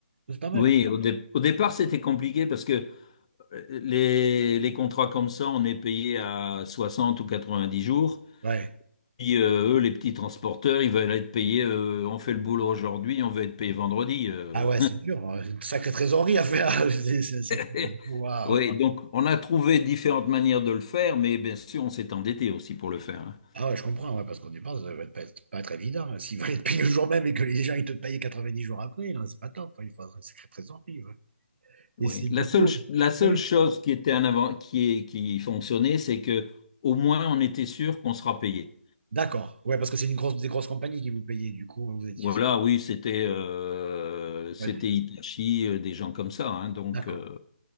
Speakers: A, on the right; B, on the left.
A: C'est pas mal.
B: Oui, au, dé- au départ, c'était compliqué parce que euh, les, les contrats comme ça, on est payé à 60 ou 90 jours.
A: quoi. Ouais.
B: Puis euh, eux, les petits transporteurs, ils veulent être payés, euh, on fait le boulot aujourd'hui, on veut être payé vendredi. euh.
A: Ah ouais, c'est dur. hein. C'est une sacrée trésorerie à faire. <laughs> C'est c'est un sacré-
B: <laughs>
A: Waouh.
B: Oui, donc on a trouvé différentes manières de le faire, mais bien sûr, on s'est endetté aussi pour le faire. hein.
A: Ah ouais, je comprends, ouais, parce qu'on y pense, ça va être pas, c'est pas être évident. hein. S'ils veulent te payer le jour même et que les gens ils te payent 90 jours après, non, c'est pas top. hein. Il faut un sacré trésorerie. ouais.
B: Oui.
A: Et c'est du
B: La seule,
A: coup.
B: ch- la seule
A: Oui.
B: chose qui était un avant, qui est- qui fonctionnait, c'est que au moins on était sûr qu'on sera payé.
A: D'accord. Ouais, parce que c'est une grosse, des grosses compagnies qui vous payaient, du coup, hein, vous étiez.
B: Voilà, oui, c'était euh, c'était
A: Ouais,
B: Hitachi, euh, des gens comme ça. hein. donc,
A: d'accord.
B: euh,